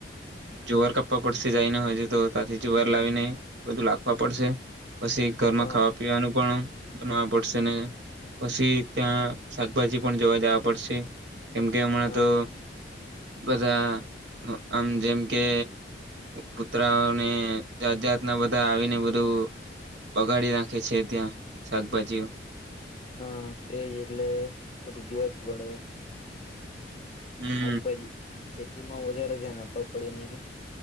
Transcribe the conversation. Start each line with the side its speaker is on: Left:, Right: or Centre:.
Right: જુવાર કાપવા પડશે જાયને હોય તો ત્યાથી જુવાર લાવીને બધું લખવા પડશે. પછી ઘર
Left: હા
Right: માં ખાવા પીવાનું પણ. બનાવા પડશે ને. પછી ત્યાં શાકભાજી પણ જોવા જવા પડશે. કેમ કે હમણાં
Left: હા
Right: તો. બધા આમ જેમ કે કુતરાઓને જાત જાતના બધા આવીને બધું બગાડી નાખે છે ત્યાં શાકભાજીઓ.
Left: હા તેજ એટલે બધું જોવા જ પડે.
Right: હમ
Left: આગ બાજ. ખેતી માં વધારે ધ્યાન આપવા પડ્યું નની કે.